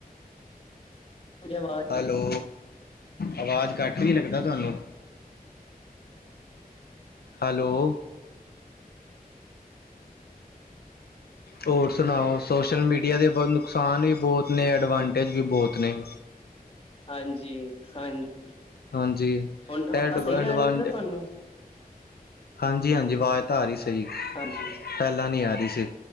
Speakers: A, on the left; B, on the left.
A: ਮੇਰੀ ਆਵਾਜ਼
B: ਹੈਲੋ ਅਵਾਜ ਘੱਟ ਰੀ ਲੱਗਦਾ ਤੁਹਾਨੂੰ? ਹੈਲੋ ਹੋਰ ਸੁਣਾਓ ਸੋਸ਼ਲ ਮੀਡੀਆ ਦੇ ਬੋ ਨੁਕਸਾਨ ਵੀ ਬਹੁਤ ਨੇ ਐਡਵਾਂਟੇਜ ਵੀ ਬਹੁਤ ਨੇ।
A: ਹਾਂਜੀ-ਹਾਂਜੀ,
B: ਹਾਂਜੀ
A: ਹੁਣ ਆਵਾਜ਼
B: ਐਡ ਐਡਵਾਂ
A: ਸਹੀ ਆ ਰਹੀ ਆ ਨਾ ਤੁਹਾਨੂੰ?
B: ਹਾਂਜੀ-ਹਾਂਜੀ ਆਵਾਜ਼ ਤਾਂ ਆ ਰਹੀ ਸਹੀ
A: ਹਾਂਜੀ
B: ਪਹਿਲਾਂ ਨਹੀਂ ਆ ਰਹੀ ਸੀ,